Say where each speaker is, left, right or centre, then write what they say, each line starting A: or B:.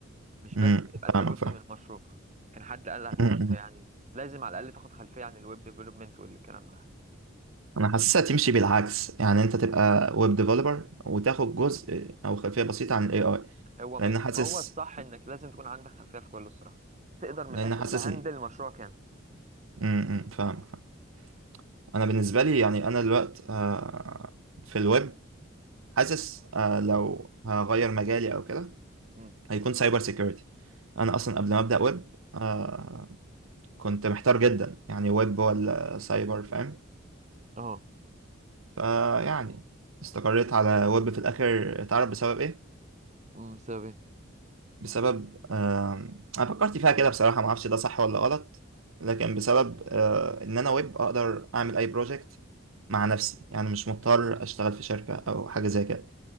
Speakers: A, on the right (about 35°); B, on the right (about 85°).
A: مش بس
B: امم
A: تبقى انت
B: فاهمك
A: جزء من المشروع كان حد قال على الحوار
B: فاهم
A: ده يعني لازم على الاقل تاخد خلفيه عن الويب ديفلوبمنت والكلام ده
B: انا حاسسها تمشي بالعكس يعني انت تبقى ويب ديفلوبر وتاخد جزء او خلفيه بسيطه عن الاي اي
A: هو م-
B: لان حاسس
A: ما هو الصح انك لازم تكون عندك خلفيه في كله الصراحه تقدر من
B: لان
A: الاخر
B: حاسس
A: تهندل
B: ان
A: مشروع كامل
B: امم فاهم فاهم. انا بالنسبه لي يعني انا الوقت آه، في الويب حاسس آه، لو هغير مجالي او كده
A: مم.
B: هيكون سايبر سيكيورتي انا اصلا قبل ما ابدا ويب آه، كنت محتار جدا يعني ويب ولا سايبر فاهم
A: اه
B: فيعني استقريت على ويب في الاخر تعرف بسبب ايه
A: امم سبب
B: بسبب آه، انا فكرت فيها كده بصراحه ما اعرفش ده صح ولا غلط لكن بسبب آه، ان انا ويب اقدر اعمل اي بروجكت مع نفسي يعني مش مضطر اشتغل في شركه او حاجه زي كده